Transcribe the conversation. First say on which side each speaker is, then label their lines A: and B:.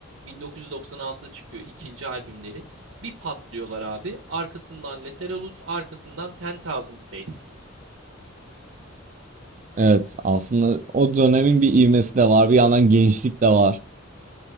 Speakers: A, on the right; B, on the right.
A: 1996'da çıkıyor ikinci albümleri. Bir patlıyorlar abi. Arkasından Lateralus, arkasından Ten Thousand Days.
B: Evet aslında o dönemin bir ivmesi de var. Bir yandan gençlik de var.